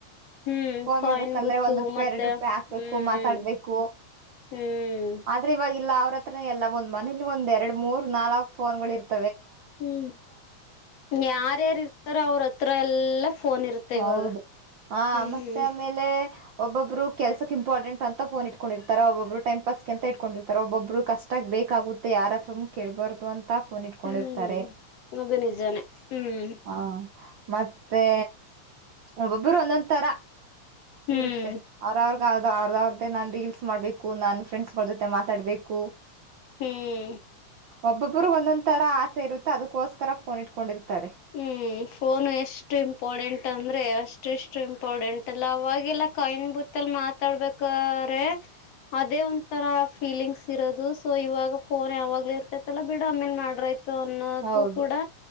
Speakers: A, on the left (about 60°); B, on the right (about 65°).
A: ಹ್ಮ್
B: ಫೋನ್
A: ಕಾಯಿನ್
B: ಮಾಡ್ಬೇಕಂದ್ರೆ
A: ಬುತ್ತು
B: ಒಂದ್ ರೂಪಾಯಿ
A: ಮತ್ತೆ
B: ಎರಡು ರೂಪಾಯಿ ಹಾಕ್ಬೇಕು
A: ಹ್ಮ್
B: ಮಾತಾಡ್ಬೇಕು
A: ಹ್ಮ್
B: ಆದ್ರೆ ಇವಾಗಲ್ಲ ಅವ್ರ ಹತ್ರ ಎಲ್ಲ ಒಂದ್ ಮನೇಲಿ ಒಂದ್ ಎರಡ್ ಮೂರ್ ನಾಲ್ಕ್ ಫೋನ್ಗಳು ಇರ್ತೆ
A: ಹ್ಮ್ ಯಾರ್ಯಾರ ಇರ್ತಾರ ಅವ್ರ ಹತ್ರ ಎಲ್ಲಾ ಫೋನ್ ಇರುತ್ತೆ
B: ಹೌದು
A: ಇವಾಗ
B: ಹ
A: ಹ್ಮ್
B: ಮತ್ತೆ ಆಮೇಲೆ ಒಬ್ಬಬ್ರು ಕೆಲಸಕ್ ಇಂಪಾರ್ಟೆಂಟ್ ಅಂತ ಪೋನ್ ಇಟ್ಕೊಂಡಿರ್ತಾರೆ ಒಬಬ್ರು ಟೈಂ ಪಾಸ್ ಅಂತ ಇಕೊಂಡಿರ್ತಾರೆ ಒಬಬ್ರು ಕಷ್ಟಕ್ಕೆ ಬೇಕ್ ಬೇಕಾಗುತ್ತೆ ಯಾರ್ ಹತ್ರಾನೂ ಕೇಳಬಾರ್ದು ಅಂತ ಪೋನ್ ಇಟ್ಕೊಂಡಿರ್ತಾರೆ
A: ಹ್ಮ್ ಅದು ನಿಜಾನೇ ಹ್ಮ್
B: ಹ ಮತ್ತೆ ಒಬ್ಬೊಬ್ಬರು ಒಂದೊಂದ್ ತರ
A: ಹ್ಮ್
B: ಇರುತ್ತೆ ಅವ್ರ ಅವ್ರ ಆಗಾಗ ಅವ್ರ್ದ ಅವ್ರ್ದೇ ನಾನ್ ರೀಲ್ಸ್ ಮಾಡ್ಬೇಕು ನಾನ್ ಫ್ರೆಂಡ್ಸ್ಗಳ ಜೊತೆ ಮಾತಾಡ್ಬೇಕು.
A: ಹ್ಮ್
B: ಒಬ್ಬೊಬ್ಬರು ಒಂದೊಂದ್ ತರ ಆಸೆ ಇರುತ್ತ ಅದಕ್ಕೋಸ್ಕರ ಫೋನ್ ಇಟ್ಕೊಂಡಿರ್ತಾರೆ.
A: ಹ್ಮ್ ಫೋನು ಎಷ್ಟು ಇಂಪಾರ್ಟೆಂಟ್ ಅಂದ್ರೆ ಅಷ್ಟೆಷ್ಟು ಇಂಪಾರಡೆಂಟ್ ಅಲ್ಲ ಅವಾಗೆಲ್ಲ ಕಾಯಿನ್ ಬೂತ್ ತ್ತಲ್ ಮಾತಾಡ್ಬೇಕಾರೆ ಅದೇ ಒಂಥರ ಫೀಲಿಂಗ್ಸ್ ಇರೋದು ಸೊ ಇವಾಗ ಫೋನ್ ಯಾವಾಗ್ಲೂ ಇರ್ತೈತಲ್ಲ ಬಿಡ ಆಮೇಲ್ ಮಾಡ್ರ ಆಯ್ತ್ ತ ಅನ್ನೋದು
B: ಹೌದು
A: ಕೂಡ